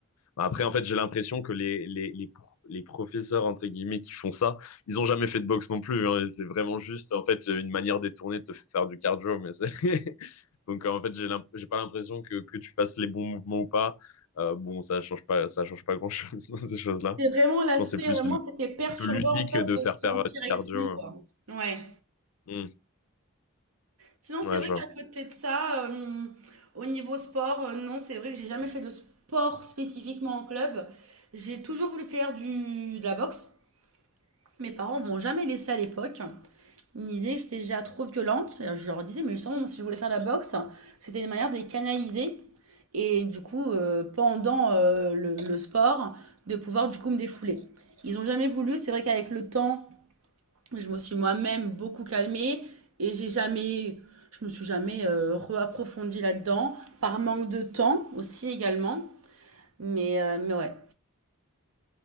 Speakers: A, on the left; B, on the right.
A: Après, en fait, j'ai l'impression que les, les, les, pro- les professeurs, entre guillemets, qui font ça, ils ont jamais fait de boxe non plus. hein. C'est vraiment juste, en fait, une manière détournée de te faire faire du cardio. Mais c'est- <laughs> Donc, euh, en fait, j'ai l'imp- j'ai pas l'impression que, que tu fasses les bons mouvements ou pas. Euh, bon, ça change pas, ça change pas grand-chose <laughs> dans ces choses-là.
B: C'est vraiment l'aspect,
A: Je pense que c'est plus
B: vraiment,
A: une un
B: c'était perturbant
A: petit peu ludique
B: en fait
A: de
B: de
A: faire
B: se sentir
A: faire euh, du
B: exclu,
A: cardio.
B: quoi. Ouais.
A: hein.
B: Sinon,
A: Hmm.
B: c'est
A: Ouais,
B: vrai
A: je
B: qu'à
A: vois.
B: côté de ça, euh, au niveau sport, euh, non, c'est vrai que j'ai jamais fait de sport spécifiquement en club. J'ai toujours voulu faire du, de la boxe. Mes parents m'ont jamais laissé à l'époque. Ils me disaient que j'étais déjà trop violente. Et je leur disais, mais justement, si je voulais faire de la boxe, c'était une manière de les canaliser. Et du coup, euh, pendant euh, le, le sport, de pouvoir du coup me défouler. Ils n'ont jamais voulu. C'est vrai qu'avec le temps, je me suis moi-même beaucoup calmée et j'ai jamais, je me suis jamais euh, reapprofondie là-dedans par manque de temps aussi également. Mais, euh, mais ouais.